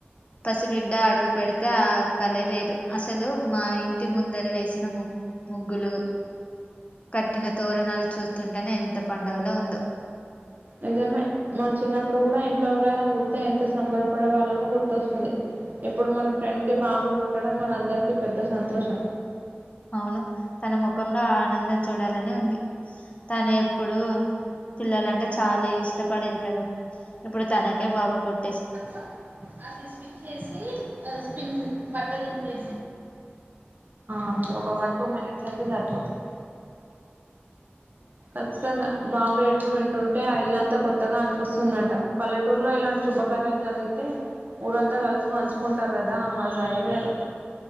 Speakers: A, on the left; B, on the right.
A: పసిబిడ్డ అడుగు పెడితే ఆ కళ వేరు అసలు మా ఇంటి ముందర వేసిన ముగ్గు ముగ్గులు కట్టిన తోరణాలు చూస్తుంటేనే ఎంత పండగలా ఉందో
B: నిజమే మా చిన్నప్పుడు కూడా ఇంట్లో ఎవరైనా పుడితే ఎంత సంబరపడే వాళ్ళమో గుర్తొస్తుంది ఇప్పుడు మన ఫ్రెండ్ కి బాబు పుట్టడం మన అందరికి పెద్ద సంతోషం
A: అవును తన ముఖంలో ఆనందం చూడాలని ఉంది తను ఎప్పుడూ పిల్లలంటే చాలా ఇష్టపడేది కదా ఇప్పుడు తనకే బాబు పుట్
B: అ అది స్విచ్ చేసి స్పిన్ బట్ట తి అంతే ఒక వన్ టూ మినిట్స్ అయితే సరిపోతాయి ఖచ్చితంగా బాబేడుపు వింటుంటే ఆ ఇల్లంతా కొత్తగా అనిపిస్తుందంట పల్లెటూరులో ఇలాంటి శుభకార్యాలు జరిగితే ఊరంతా కలిసి పంచుకుంటారు కదా అ మ్మాజాయే వేరు